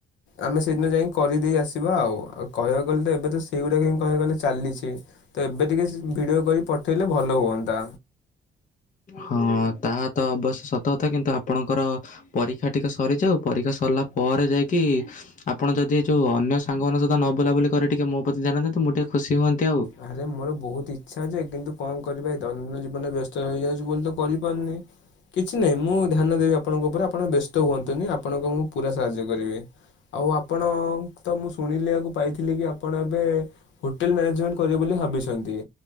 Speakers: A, on the left (about 75°); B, on the left (about 40°).
A: ଆମେ ସେଇଦିନ ଯାଇକି କରିଦେଇ ଆସିବା ଆଉ ଆଉ କହିବାକୁ ଗଲେ ତ ଏବେ ତ ସେଇଗୁଡାକ ହିଁ କହିବାକୁ ଗଲେ ଚାଲିଛି। ତ ଏବେ ଟିକେ ଭିଡିଓ କରି ପଠେଇଲେ ଭଲ ହୁଅନ୍ତ।
B: ହଁ ତାହା ତ ଅବଶ୍ୟ ସତ କଥା କିନ୍ତୁ ଆପଣଙ୍କର ପରୀକ୍ଷା ଟିକେ ସରିଯାଉ ପରୀକ୍ଷା ସରିଲା ପରେ ଯାଇକି ଆପଣ ଯଦି ଯେଉଁ ଅନ୍ୟ ସାଙ୍ଗମାନଙ୍କ ସହିତ ନ ବୁଲାବୁଲି କରିି ଟିକିଏ ମୋ ପ୍ରତି ଧ୍ୟାନ ଦୀଅନ୍ତେ ମୁ ଟିକେ ଖୁସି ହୁଅନ୍ତି ଆଉ।
A: ଆରେ ମୋର ବହୁତ ଇଚ୍ଛା ଅ ଯେ କିନ୍ତୁ କଣ କରିବା ଏଇ ଦୈନନ୍ଦିନ ଜୀବନରେ ବ୍ୟସ୍ତ ରହିଯାଉଛି ବୋଲି ତ କରିପାରୁନି। କିଛି ନହିଁ ମୁଁ ଧ୍ୟାନ ଦେବି ଆପଣଙ୍କ ଉପରେ ଆପଣ ବ୍ୟସ୍ତ ହୁଅନ୍ତୁନି ଆପଣଙ୍କ ମୁଁ ପୁରା ସାହାଯ୍ୟ କରିଵୀ। ଆଉ ଆପଣ ତ ମୁଁ ଶୁଣିଲିକୁ ପାଇଥିଲି କି ଆପଣ ଏବେ ହୋଟେଲ ମ୍ୟାନେଜମେଣ୍ଟ କରିବ ବୋଲି ଭାବିଛନ୍ତି।